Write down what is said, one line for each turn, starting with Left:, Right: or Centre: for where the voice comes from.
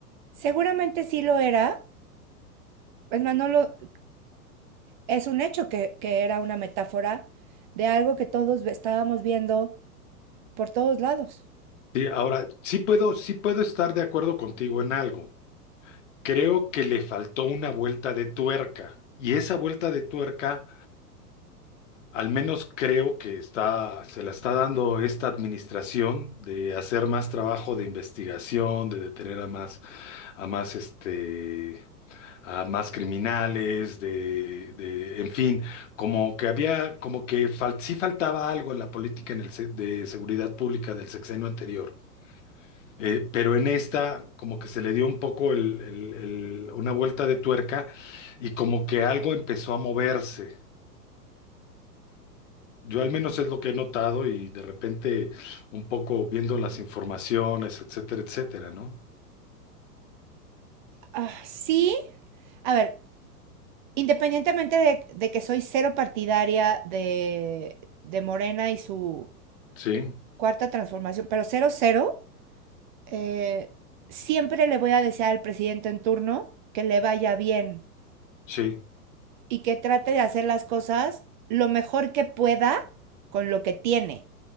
Right: Seguramente sí lo era, es manolo es un hecho que, que era una metáfora de algo que todos estábamos viendo por todos lados.
Left: Sí, ahora, sí puedo, sí puedo estar de acuerdo contigo en algo. Creo que le faltó una vuelta de tuerca y esa vuelta de tuerca Al menos creo que está, se la está dando esta administración de hacer más trabajo de investigación, de detener a más, a más, este, a más criminales, de, de- en fin, como que había, como que fal- sí faltaba algo en la política en el, se- de seguridad pública del sexenio anterior. Eh, pero en esta, como que se le dio un poco el- el- el- una vuelta de tuerca y como que algo empezó a moverse. Yo al menos es lo que he notado y de repente un poco viendo las informaciones, etcétera, etcétera, ¿no?
Right: Ah, sí, a ver, Independientemente de, de que soy cero partidaria de, de Morena y su
Left: Sí,
Right: cuarta transformación, pero cero cero, eh, siempre le voy a desear al presidente en turno que le vaya bien
Left: sí,
Right: y que trate de hacer las cosas lo mejor que pueda con lo que tiene,